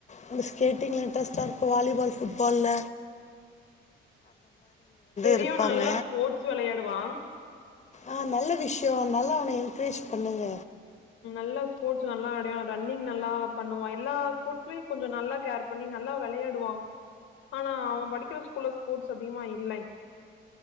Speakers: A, on the left; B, on the left.
A: ஒன்னு ஸ்கேட்டிங்ல இன்ட்ரெஸ்ட்டா இருக்கு வாலிபால் ஃபுட்பால்ல
B: பெரிய
A: இருப்பாங்க
B: நல்லா ஸ்போர்ட்ஸ் வெளையாடுவா
A: ஆ நல்ல விஷய நல்லா அவன என்கரேஜ் பண்ணுங்க
B: நல்ல ஸ்போர்ட்ஸ் நல்ல ஆடுவ ரன்னிங் நல்லா பண்ணுவா எல்லா ஸ்போர்ட்ஸ்மே கொஞ்சோ நல்லா கேர் பண்ணி நல்லா வெளையாடுவா ஆனா அவ படிக்கிற ஸ்கூல்ல ஸ்போர்ட்ஸ் அதிகமா இல்லை